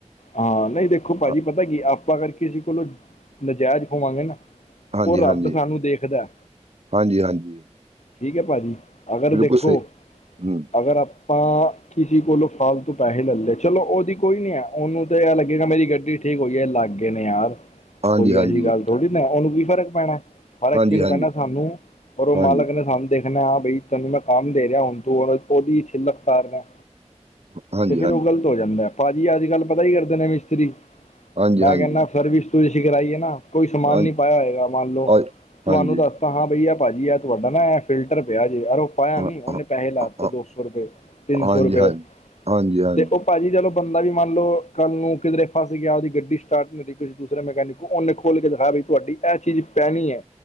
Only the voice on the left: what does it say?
ਹਾਂ ਨਹੀਂ ਦੇਖੋ ਭਾਜੀ
ਪਤਾ ਕੀ ਆਪਾ ਅਗਰ ਕਿਸੇ ਕੋਲੋ ਨਜਾਇਜ਼ ਖਵਾਂਗੇ ਨਾ
ਉਹ ਰੱਬ
ਸਾਨੂੰ ਦੇਖਦਾ।
ਠੀਕ ਹੈ ਭਾਜੀ ਅਗਰ
ਦੇਖੋ,
ਅਗਰ ਆਪ ਆਪਾ ਕਿਸੇ ਕੋਲੋਂ ਫਾਲਤੂ ਪੈਸੇ ਲੱਲੇ ਚਲੋ ਉਹਦੀ ਕੋਈ ਨੀ ਹੈ। ਤੇ ਏ ਲੱਗੇਗਾ ਮੇਰੀ ਗੱਡੀ ਠੀਕ ਹੋਈ ਹੈਲੱਗਗੇ ਨੇ ਯਾਰ
ਕੋਈ
ਐਸੀ ਗੱਲ
ਥੋੜੀ ਉਹਨੂੰ ਕੀ ਫਰਕ ਪੈਣਾ ਫਰਕ ਕਿਨੂੰ
ਪੈਣਾ ਸਾਨੂੰ ਔਰ ਉਹ
ਮਾਲਕ ਨੇ ਸਾ ਦੇਖਨਾ ਹਾਂ ਬਈ ਤੈਨੂੰ ਮੈਂ ਕਾੰਮ ਦੇ ਰੇਆ, ਹੁੱਨ ਤੂ ਅਗਰ ਓਦੀ ਛਿੱਲਕ ਉਤਾਰ ਰੇਆਂ
ਤੇ ਫੇਰ
ਓ ਗ਼ਲਤ ਹੋ ਜਾਂਦਾ, ਭਾਜੀ, ਆੱਜ-ਕਾੱਲ ਪਤਾ ਏ ਕੀ ਕਰਦੇ ਨੇ ਮਿਸਤਰੀ
ਮੈਂ
ਕੈਨਾਂ ਸਰਵਿਸ-ਸੁਰਵੀਸ ਕਰਾਈ ਏ ਨਾ, ਕੋਈ ਸਮਾਨ
ਨੀ ਪਾਏਆ ਹੋਏਗਾ ਮਾੰਨ ਲੋ
ਤੁਆਨੂੰ
ਦਾ ਹਾਂ ਬਈ ਆ ਭਾਜੀ ਐ ਤੁਹਾਡਾ ਨਾ, ਐ ਫਿਲਟਰ ਪੇਆ ਜੇ ਅ ਐ
ਨੀ ਓਨੇ
ਪੈਹੇ ਲਾ
ਤੇ
ਦੋ ਸੋ ਰੁਪੇ, ਤਿੰਨ
ਸੋ ਰੁਪੇ
ਤੇ ਓ ਭਾਜੀ ਚਲੋ ਬੰਦਾ ਵੀ ਮਾੰਨ ਲੋ ਕਾੱਲ ਨੂੰ ਓ ਕਿਦਰੇ ਫਾੱਸ ਗੇਆ ਓਦੀ ਗੱਡੀ ਸਟਾਟ ਨੀ ਹੋਰੀ ਕੀਸੇ ਦੂਸਰੇ ਮੈਕੈਨੀਕ ਕੋਲ, ਓਨੇ ਖੋਲ ਕੇ ਦਿਖਾਤੀ ਤੁਹਾਡੀ ਐ ਚੀਜ ਪੈਨੀ ਏ।